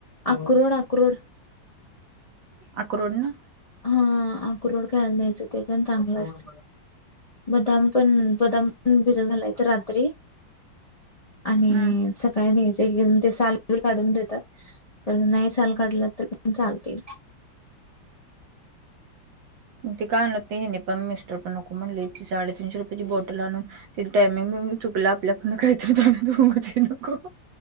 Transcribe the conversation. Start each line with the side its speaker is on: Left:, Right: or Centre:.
Left: आक्रोड आक्रोड
Right: आक्रोड ना
Left: हा आक्रोड खायला दयायच ते पण चांगलं असत बदाम पण बदाम पण भिजत घालायच रात्री आणि
Right: हं.
Left: सकाळी द्यायच एक एक जणं ते साल काढून देतात तर नाही साल काडलं तर चालते
Right: ते काय आणतते हिने पण मिस्टर पण नको म्हणली ती साडे तीनशे रुपयाची बोटल आणून तिचं टायमिंग बियमीग चुकलं आपल्याकडन काही तरी झालं तर नको